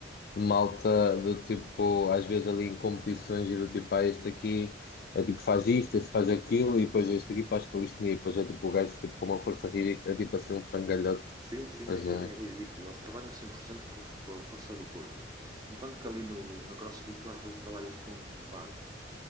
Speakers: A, on the left; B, on the right.
A: de malta, do tipo, às vezes ali em competições, e do tipo, ah, este aqui, é tipo, faz
B: Sim, sim,
A: isto,
B: sim.
A: este faz aquilo, e depois este aqui faz calistenia, e depois é tipo, o gajo, tipo, com uma força ridícula, é tipo assim, um frangalhote,
B: Sim, sim,
A: mas
B: é, ri-
A: é.
B: é ridículo. Eles trabalham 100% com, com a força do corpo. Enquanto que ali no, no CrossFit tu às vezes trabalhas com barras.